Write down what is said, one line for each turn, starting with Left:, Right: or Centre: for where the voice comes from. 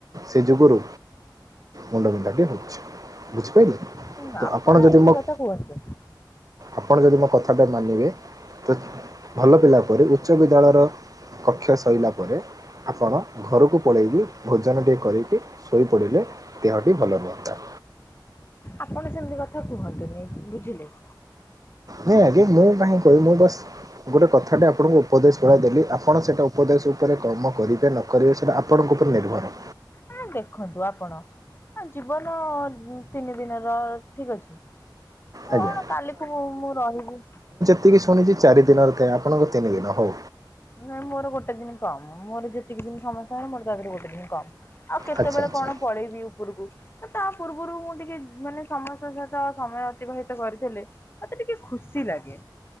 Right: ସେ ଯୋଗୁରୁ ମୁଣ୍ଡବିନ୍ଧାଟି ହଉଛି ବୁଝିପାଇଲୁ।
Left: ହୁଁ,
Right: ତ ଆପଣ ଯଦି
Left: ଏତେ
Right: ମୋ
Left: କଥା କୁହନ୍ତୁ
Right: ଆପଣ ଯଦି ମୋ କଥା ଟା ମାନିବେ ତ ଭଲ ପିଲା ପରି ଉଚ୍ଚ ବିଦ୍ୟାଳୟର କକ୍ଷ ସଇଲା ପରେ ଆପଣ ଘରୁକୁ ପଳେଇକି ଭୋଜନଟିଏ କରେଇକି ଶୋଇପଡ଼ିଲେ ଦେହଟି ଭଲ ରୁହନ୍ତା।
Left: ଆପଣ ସେମତି କଥା କୁହନ୍ତୁନି ବୁଝିଲେ!
Right: ନାଇଁ, ଆଗେ ମୁଁ କାହିଁ କଇବି ମୁଁ ବସ୍ ଗୋଟେ କଥାଟେ ଆପଣଙ୍କୁ ଉପଦେଶ ଭଳିଆ ଦେଲି। ଆପଣ ସେଟା ଉପଦେଶ ଉପରେ କର୍ମ କରିବେ ନ କରିବେ ସେଟା ଆପଣଙ୍କ ଉପରେ ନିର୍ଭର।
Left: ନାଇଁ ଦେଖନ୍ତୁ, ଆପଣ ଆଁ ଜୀବନ ତିନି ଦିନର ଠିକ୍ ଅଛି। କଣ
Right: ଆଜ୍ଞା
Left: କାଲିକୁୁ ମୁଁ ମୁଁ ରହିବି?
Right: ଏତିକି ଶୁଣିଚି ଚାରି ଦିନର ଥାଏ, ଆପଣଙ୍କୁ ତିନି ଦିନ ହଉ।
Left: ନାଇଁ ମୋର ଗୋଟେ ଦିନି କମ, ମୋର ଯେତିକି ଦିନି ସମସ୍ତଙ୍କର ମୋର ତା ଧୀରୁ ଗୋଟେ ଦିନି କମ୍। ଆଉ କେତେବେଳେ
Right: ଆଚ୍ଛା ଆଚ୍ଛା
Left: କଣ ପଳେଇବି ଉପୁରୁକୁ? ଏ ତା ପୂର୍ବରୁ ମୁଁ ଟିକେ - ମାନେ ସମସ୍ତଙ୍କ ସହିତ ସମୟ ଅତିବାହିତ କରିଥିଲେ ମତେ ଟିକେ ଖୁସି ଲାଗେ,